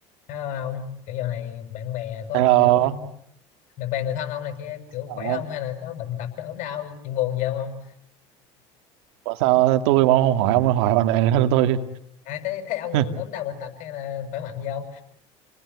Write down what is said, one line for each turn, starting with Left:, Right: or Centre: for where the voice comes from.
Left: Hello ông, kiểu giờ này bạn bè của ông
Right: Hello,
Left: kiểu bạn bè người thân ông này kia kiểu
Right: Hỏi
Left: khỏe
Right: ông.
Left: không hay là có bệnh tật nó ốm đau chuyện buồn gì không ông?
Right: Ủa sao tôi mà ông không hỏi ông hỏi bạn bè người thân tôi
Left: À thế thế ông
Right: <laughs>
Left: ốm đau bệnh tật hay là khỏe mạnh gì không?